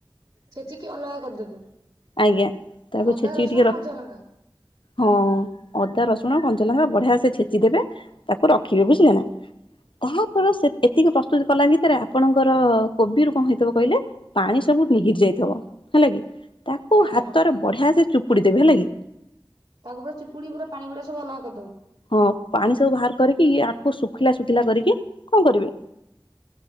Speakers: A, on the right (about 45°); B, on the left (about 70°).
A: ଛେଚିକି ଅଲଗାକରିଦେବେ
B: ଆଜ୍ଞା ତାକୁ
A: ଅଦା
B: ଛେଚିକି
A: ରସୁଣ
B: ଟିକେ ର
A: କଞ୍ଚାଲଙ୍କା।
B: ହଁ ଅଦା ରସ କଞ୍ଚଲଙ୍କା ବଢିଆ ସେ ଛେଚି ଦେବେ ତାକୁ ରଖିବେ
A: ଆଜ୍ଞା
B: ବୁଝିଲେ ନାଁ ତାପରେ ସେ ଏତିକି ପ୍ରସ୍ତୁତ କଲା ଭିତରେ ଆପଣଙ୍କର କୋବିରୁ କଣ ହେଇଥିବ କହିଲେ ପାଣି ସବୁ ନିଗିରି ଯାଇଥିବ ହେଲା କି ତାକୁ
A: ଆଜ୍ଞା।
B: ହାତରେ ବଢିଆ ସେ ଚୁପୁଡି ଦେବେ ହେଲା କି
A: ତାକୁ ପରେ ଚିପୁଡି ପାଣି ଗୁଡାକ ସବ ଅଲଗା କରି
B: ହଁ ପାଣି ସବୁ ବାହାର କରିକି ଆଖକୁ ଶୁଖିଲା ଶୁଖିଲା କରିକି କଣ କରିବେ